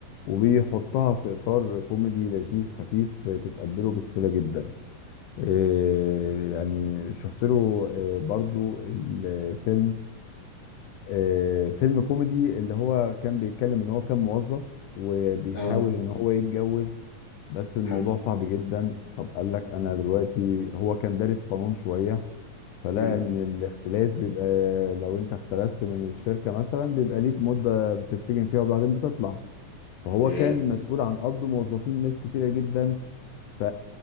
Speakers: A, on the left; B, on the left.
A: وبيحطها في اطار كوميدي لذيذ خفيف تتقبله بسهولة جدا إيه يعني شفت له إيه، برضو الفيلم إيه، فيلم كوميدي اللي هو كان بيتكلم ان هو كان موظف وبيحاول
B: اه
A: ان هو يتجوز بس الموضوع
B: أمم،
A: صعب جدا طب قال لك انا دلوقتي هو كان دارس قانون شوية فلا
B: أمم،
A: ان الاختلاس بيبقى لو انت اختلست من الشركه مثلا بيبقى ليك مده بتتسجن فيها وبعدين بتطلع فهو
B: تمام
A: كان مسؤول عن قبض موظفين ناس كتيره جدا ف...